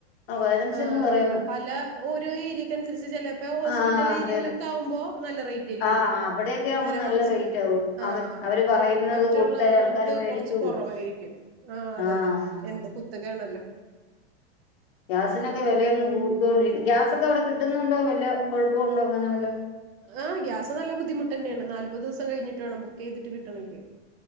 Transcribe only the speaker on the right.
ആ്
പല ഓരോ ഏരിയക്കനുസരിച്ച് ച ഇപ്പോ ഹോസ്പിറ്റൽ
ഏയയിലക്കെ
ആകുമോ നല്ല റേറ്റ് ആയിരിക്കും
നേരെ
മറിച്ച്
ആഹ
അപ്പൊ
മറ്റുള്ള
അടുത്ത്
കുറച്ച് കുറവായിരിക്കും ആ അതെ
അതെ എന്ത് കുത്തക ആണല്ലോ
ആഹ ഗ്യാസ് നല്ല ബുദ്ധിമുട്ട് തന്നെയാണ് നാല്പത് ദിവസം കഴിഞ്ഞിട്ട് വേണം ബുക്ക് ചെയ്തിട്ട് കിട്ടണെങ്കില്